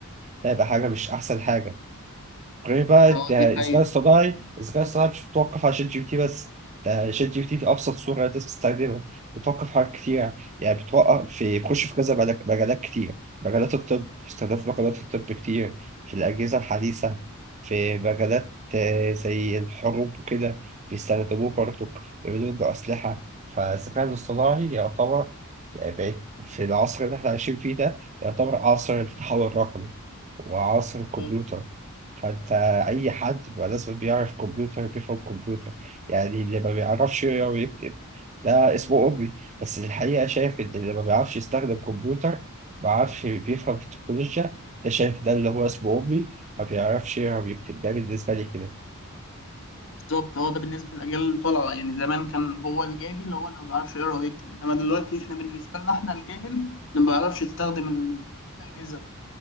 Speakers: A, on the right (about 30°); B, on the left (about 55°).
A: ده هيبقى حاجة مش أحسن حاجة غير بقى
B: اه
A: ده
B: دي
A: الذكاء
B: حقيقة
A: الاصطناعي الذكاء الاصطناعي مش متوقف على شات جي بي تي بس ده شات جي بي تي في ابسط صوره الناس بتستخدمها بتوقف في حاجات كتير يعني بتوقف في بيخش في كذا مجال- مجالات كتير مجالات الطب في استخدام في مجالات الطب كتير في الاجهزه الحديثه في مجالات آه، زي الحروب وكده بيستخدموه برضه بيعملوا له اسلحه فالذكاء الاصطناعي يعتبر بقت في العصر اللي احنا عايشين فيه ده يعتبر عصر التحول الرقمي وعصر الكمبيوتر
B: اه،
A: فانت اي حد بقى لازم بيعرف كمبيوتر بيفهم كمبيوتر يعني اللي ما بيعرفش يقرا ويكتب ده اسمه أمي بس الحقيقة شايف إن اللي ما بيعرفش يستخدم كمبيوتر ما بيعرفش بيفهم في التكنولوجيا ده شايف ده اللي هو اسمه أمي ما بيعرفش يقرا ويكتب ده بالنسبة لي كده
B: بالظبط هو ده بالنسبة للأجيال الطالعة يعني زمان كان هو الجاهل هو اللي ما بيعرفش يقرا ويكتب إنما دلوقتي احنا بالنسبة لنا احنا الجاهل اللي ما بيعرفش يستخدم ال- الأجهزة